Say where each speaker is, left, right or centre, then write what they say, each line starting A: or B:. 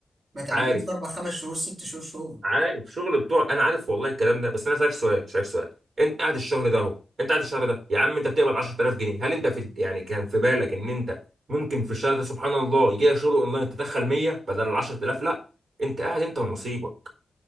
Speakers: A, on the right; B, on the right.
A: ما تعملوش
B: عارف
A: في اربع خمس شهور ست شهور شغل
B: عارف شغل بتوعك انا عارف والله الكلام ده بس انا سالك سؤال سالك سؤال انت قاعد الشهر ده اهو انت قاعد الشهر ده يا عم انت بتقبض 10000 جنيه هل انت في يعني كان في بالك ان انت ممكن في الشهر ده سبحان الله يجي لك شغل اونلاين تدخل 100 بدل ال 10000 لا انت قاعد انت ونصيبك